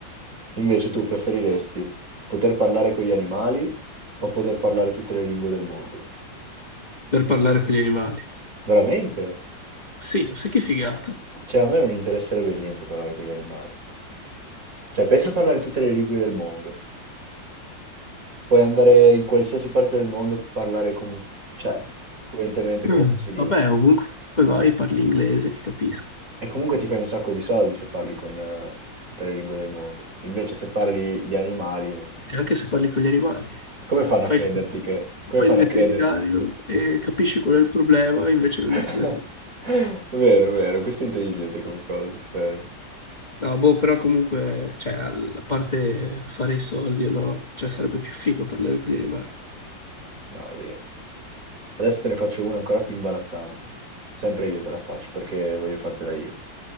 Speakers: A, on the right; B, on the left.
A: Invece tu preferiresti poter parlare con gli animali o poter parlare tutte le lingue del mondo?
B: Per parlare con gli animali.
A: Veramente?
B: Sì, sai che figata.
A: Cioè, a me non interesserebbe niente parlare con gli animali. Cioè, pensa a parlare tutte le lingue del mondo. Puoi andare in qualsiasi parte del mondo e parlare con, cioè, fluentemente qualsiasi
B: Mm,
A: lingua.
B: Vabbè, ovunque vai parli inglese, ti capisco.
A: E comunque ti fai un sacco di soldi se parli con eh, tutte le lingue del mondo. Invece, se parli gli animali, non-
B: E anche se parli con gli animali,
A: come fanno
B: fai,
A: a crederti che... Come
B: fai
A: fanno
B: il veterinario
A: a credere?
B: e capisci qual è il problema, invece non
A: <laughs>
B: hai studiato.
A: Vero, vero, questo è intelligente come cosa, vero.
B: No, boh, però comunque, cioè, al- a parte fare i soldi o no, cioè, sarebbe più figo parlare con gli animali.
A: No, è vero. Adesso te ne faccio una ancora più imbarazzante. Sempre io te la faccio perché voglio fartela io.